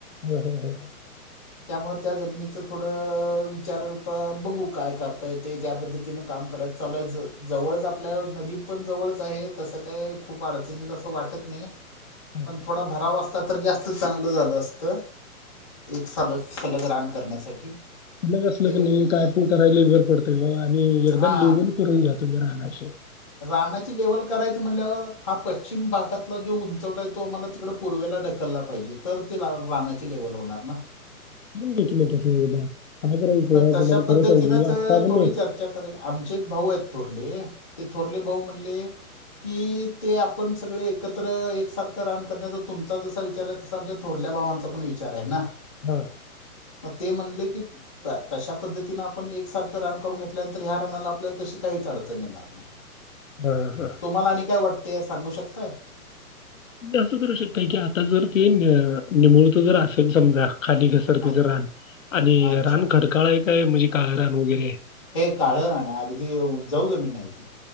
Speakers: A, on the left; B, on the left.
A: ह ह ह
B: त्यामुळे त्या जमिनीच थोडं विचार करता बघू काय करताय ते त्या पद्धतीन काम करायच चालू आहे जवळच आपल्या नदी पण जवळच आहे तसं काय खूप अडचणीला वाटत नाही
A: हं
B: पण थोडा भराव अस ता तर जास्त चांगलं झालं असत एक सल सलग रान करण्यासाठी
A: ग असलं
B: ते
A: क नाही काय पण करायला बरं पडतं आणि एकदा
B: हा
A: लिवून करून घ्या तुम्ही राह <inaudible>
B: रानाची लेवल करायच म्हणल्यावर हा पश्चिम भागात जो उंचवाट आहे तो आम्हाला तिकड पूर्वेला ढकलला पाहिजे तर त रानाची लेवल होणार ना
A: <inaudible> करायचं
B: मग तशा
A: तुम्हाला
B: पद्धतीनच
A: खरं सांगू आत्ता की
B: थोडी
A: नाही
B: चर्चा करी आमचे एक भाऊ आहेत उरले ते थोरले भाऊ म्हणले कि ते आपण सगळे एकत्र एकसारखं रान करण्याचा तुमचा जसा विचार आहे तसा आमच्या थोरल्या भावांचा पण विचार आहे ना
A: हा
B: मग ते म्हणले की तशा पद्धतीनें आपण एकसारखं रान करून घेतल्यानंतर ह्या रनाला आपल्याला तशी काहीच अडचण येणार नाही
A: हा हा
B: तुम्हाला आणि काय वाटत ते सांगू शकताय
A: तुम्ही असं करू शकता की आता जर ते निमूळत जर असेल समजा खाली घसरतेथं
B: अ
A: रान आणि
B: अच्छा
A: रान खडकाळाय आहे काय म्हणजे काळ रान वगैरे
B: हे काळ रान आहे अगदी उबजाऊ जमीन आहे ती